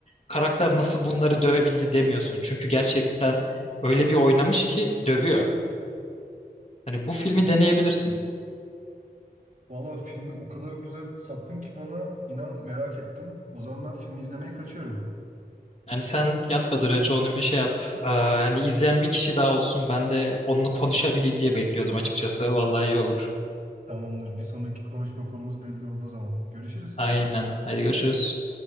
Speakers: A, on the left; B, on the right.
A: karakter nasıl bunları dövebildi demiyorsun. Çünkü gerçekten öyle bir oynamış ki dövüyor. Hani bu filmi deneyebilirsin.
B: Valla filmi o kadar güzel sattın ki bana inan merak ettim. O zaman ben filmi izlemeye kaçıyorum.
A: Yani sen yatmadan önce onun bir şey yap. Ee, yani izleyen bir kişi daha olsun. Ben de onunla konuşabileyim diye bekliyordum açıkçası. Vallahi iyi olur.
B: Tamamdır. Bir sonraki konuşma konumuz belli oldu o zaman. Görüşürüz.
A: Aynen. Haydi görüşürüz.